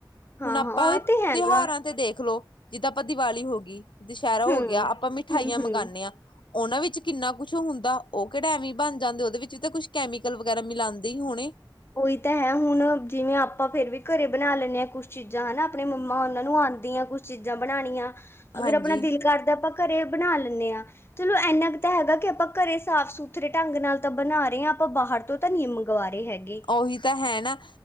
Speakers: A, on the left; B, on the left.
A: ਹਾਂ
B: ਹੁਣ ਆਪਾਂ
A: ਹਾਂ ਉਹੀ ਤੇ ਹੈਗਾ
B: ਤਿਉਹਾਰਾਂ ਤੇ ਦੇਖ ਲੋ। ਜਿੱਦਾਂ ਆਪਾਂ ਦੀਵਾਲੀ ਹੋ ਗੀ, ਦੁਸਹਿਰਾ ਹੋ
A: ਹੂੰ
B: ਗਿਆ ਆਪਾਂ ਮਿਠਾਈਆਂ
A: ਹੂੰ
B: ਮੰਗਾਨੇ
A: ਹੂੰ
B: ਆ। ਓਨਾਂ ਵਿੱਚ ਕਿੰਨਾ ਕੁਛ ਹੁੰਦਾ ਓ ਕੇੜਾ ਐਵੇ ਬਨ ਜਾਂਦੇ ਉਦੇ ਵਿੱਚ ਤਾਂ ਕੁਛ ਕੈਮੀਕਲ ਵਗੈਰਾ ਮਿਲਾਂਦੇ ਹੀ ਹੋਣੇ।
A: ਉਹੀ ਤਾਂ ਹੈ ਹੁਣ ਜਿਵੇਂ ਆਪਾਂ ਫੇਰ ਵੀ ਘਰੇ ਬਨਾ ਲੈਨੇ ਆ ਕੁਛ ਚੀਜ਼ਾਂ ਹਨਾ ਆਪਣੇ ਮੰਮਾ ਹੋਨਾ ਨੂੰ ਆ ਦੀਆਂ ਕੁਛ ਚੀਜ਼ਾਂ ਬਣਾਣੀਆਂ ਅਗਰ
B: ਹਾਂਜੀ
A: ਆਪਣਾ ਦਿਲ ਕਰਦਾ ਆਪਾਂ ਘਰੇ ਬਨਾ ਲੈਂਨੇ ਆ। ਚਲੋ ਇੰਨਾ ਕੁ ਤਾਂ ਹੈਗਾ ਕਿ ਆਪਾਂ ਘਰੇ ਸਾਫ਼ ਸੁਥਰੇ ਢੰਗ ਨਾਲ ਤਾਂ ਬਣਾ ਰੇ ਹਾਂ ਆਪਾਂ ਬਾਹਰ ਤੋਂ ਤਾਂ ਨੀ ਮੰਗਵਾ ਰਹੇ ਹੈਗੇ।
B: ਓਹੀ ਤਾਂ ਹੈ ਨਾ